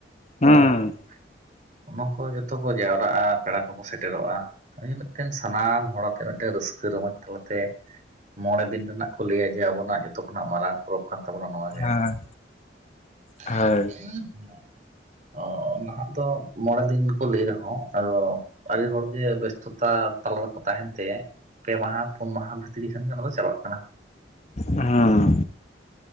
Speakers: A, on the left; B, on the right.
A: ᱦᱩᱸ
B: ᱦᱮᱸ ᱚᱱᱟ, ᱦᱳᱭ ᱡᱚᱛᱚ ᱠᱚ ᱡᱟᱣᱨᱟᱜᱼᱟ ᱯᱮᱲᱟ ᱠᱚᱠᱚ ᱥᱮᱴᱮᱨᱚᱜᱼᱟ, ᱱᱚᱜ-ᱚᱭ ᱡᱮ ᱢᱤᱫᱴᱮᱱ ᱥᱟᱱᱟᱢ ᱦᱚᱲᱟᱛᱮ ᱢᱤᱫᱴᱮᱱ ᱨᱟᱹᱥᱠᱟᱹ ᱨᱚᱢᱚᱡᱽ ᱛᱟᱞᱟᱛᱮ, ᱢᱚᱬᱮ ᱫᱤᱱ ᱨᱮᱱᱟᱜ ᱠᱚ ᱞᱟᱹᱭᱟ ᱡᱮ ᱟᱵᱚᱱᱟᱜ ᱡᱚᱛᱚ ᱠᱷᱚᱱᱟᱜ ᱢᱟᱨᱟᱝ ᱯᱚᱨᱚᱵᱽ ᱠᱟᱱ ᱛᱟᱵᱚᱱᱟ ᱱᱚᱣᱟ, ᱜᱮ
A: ᱦᱮᱸ
B: <inaudible>
A: ᱦᱳᱭ
B: ᱚ ᱱᱟᱦᱟᱜ ᱫᱚ ᱢᱚᱬᱮ ᱫᱤᱱ ᱜᱮ ᱠᱚ ᱞᱟᱹᱭ ᱨᱮᱦᱚᱸ ᱟᱫᱚ, ᱟᱹᱰᱤ ᱦᱚᱲᱜᱮ ᱵᱮᱥᱛᱚᱛᱟ ᱛᱟᱞᱟ ᱨᱮᱠᱚ ᱛᱟᱦᱮᱸᱱ ᱛᱮ ᱯᱮ ᱢᱟᱦᱟ ᱯᱩᱱ ᱢᱟᱦᱟ ᱵᱷᱤᱛ ᱛᱤᱨᱤ ᱠᱷᱟᱱ ᱜᱮ ᱚᱱᱟ ᱫᱚ ᱪᱟᱞᱟᱜ ᱠᱟᱱᱟ,
A: ᱦᱮᱸ